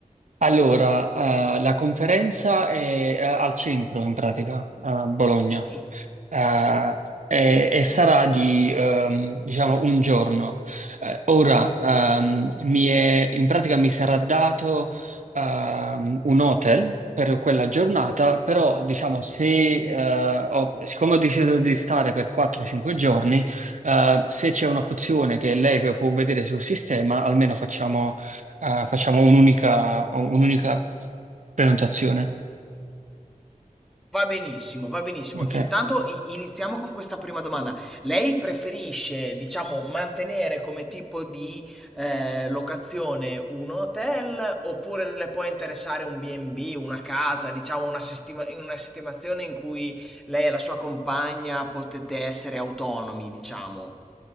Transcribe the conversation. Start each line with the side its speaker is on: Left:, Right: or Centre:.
Right: Allora, eh, la conferenza è eh, al centro in pratica, a Bologna.
Centre: Sì,
Right: Eh,
Centre: sì.
Right: e, e sarà di, ehm, diciamo, un giorno. Eh, ora, ehm, mi è- in pratica mi sarà dato, ehm, un hotel per quella giornata, però, diciamo, se, eh, ho- siccome ho deciso di stare per 4-5 giorni, eh, se c'è una funzione che lei p- può vedere sul sistema, almeno facciamo, eh, facciamo un'unica, un'unica prenotazione.
Centre: Va benissimo, va benissimo.
Right: Ok?
Centre: Intanto i- iniziamo con questa prima domanda. Lei preferisce, diciamo, mantenere come tipo di eh, locazione un hotel oppure le può interessare un B&B, una casa, diciamo una, sistema- una sistemazione in cui lei e la sua compagna potete essere autonomi, diciamo?